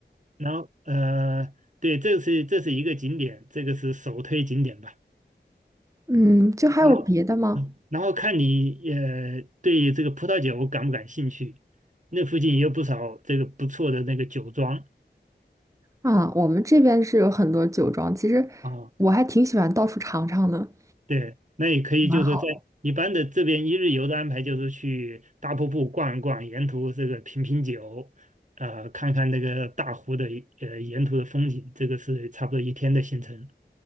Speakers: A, on the right (about 40°); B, on the right (about 15°).
A: 然后呃，对，这是这是一个景点，这个是首推景点吧。
B: 嗯，就还有别的吗？
A: 然后嗯，然后看你也对这个葡萄酒感不感兴趣，那附近也有不少这个不错的那个酒庄。
B: 啊，我们这边是有很多酒庄，其实我还挺喜欢到处尝尝的，
A: 啊。对，那也可以，
B: 蛮好，
A: 就是说在一般的这边一日游的安排，就是去大瀑布逛一逛，沿途这个品品酒，呃，看看那个大湖的呃沿途的风景，这个是差不多一天的行程。